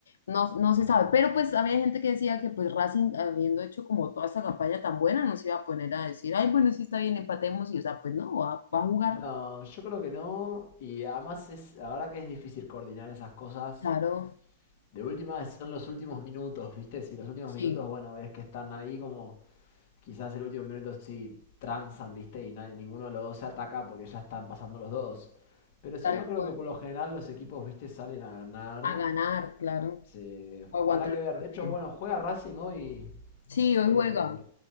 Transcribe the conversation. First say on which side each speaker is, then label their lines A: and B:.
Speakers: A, on the left; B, on the left.
A: no, no se
B: Mm.
A: sabe. Pero pues había gente que decía que pues Racing, habiendo hecho como toda esa campaña tan buena, no se iba a poner a decir, ay, bueno, sí está bien, empatemos. Y o sea, pues no, va, va a jugar.
B: No, yo creo que no. Y además es, la verdad que es difícil coordinar esas cosas.
A: Claro,
B: De última son los últimos minutos, ¿viste? Si los últimos
A: sí,
B: minutos, bueno, ves que están ahí como quizás el último minuto sí transan, ¿viste? Y nadie- ninguno de los dos se ataca porque ya están pasando los dos. Pero si
A: tal
B: no, creo
A: cual.
B: que por lo general los equipos, ¿viste? Salen a ganar.
A: A ganar, claro.
B: Se...
A: o aguantar
B: Habrá que
A: el
B: ver.
A: partido.
B: De hecho, bueno, juega Racing hoy.
A: Sí, hoy
B: eh,
A: juega.